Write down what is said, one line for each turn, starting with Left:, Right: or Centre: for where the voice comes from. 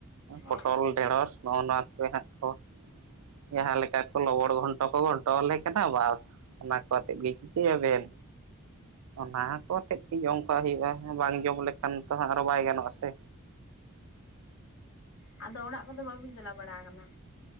Right: ᱯᱚᱴᱚᱞ
Left: ᱚ
Right: ᱰᱷᱮᱸᱲᱚᱥ ᱱᱚᱜ-ᱚ ᱱᱚᱣᱟ ᱠᱚᱜᱮ ᱦᱟᱸᱜ ᱠᱚ ᱡᱟᱦᱟᱸᱞᱮᱠᱟ ᱞᱚᱵᱚᱲ ᱜᱷᱚᱱᱴᱚ ᱠᱚ ᱜᱷᱚᱱᱴᱚᱣᱟᱞᱮ ᱠᱟᱱᱟ ᱵᱟᱥ ᱚᱱᱟ ᱠᱚ ᱟᱛᱮᱫ ᱜᱮ ᱪᱤᱠᱟᱹᱭᱟᱵᱮᱱ? ᱚᱱᱟ ᱠᱚ ᱟᱛᱮᱫ ᱜᱮ ᱡᱚᱢ ᱠᱟᱜ ᱦᱩᱭᱩᱜ-ᱟ, ᱵᱟᱝ ᱡᱚᱢ ᱞᱮᱠᱷᱟᱱ ᱛᱚ ᱦᱟᱸᱜ ᱟᱨᱚ ᱵᱟᱭ ᱜᱟᱱᱚᱜ-ᱟ ᱥᱮ᱾
Left: ᱦᱮᱸᱻ ᱟᱫᱚ ᱚᱲᱟᱜ ᱠᱚᱫᱚ ᱵᱟᱵᱤᱱ ᱪᱟᱞᱟᱣ ᱵᱟᱲᱟ ᱠᱟᱱᱟ?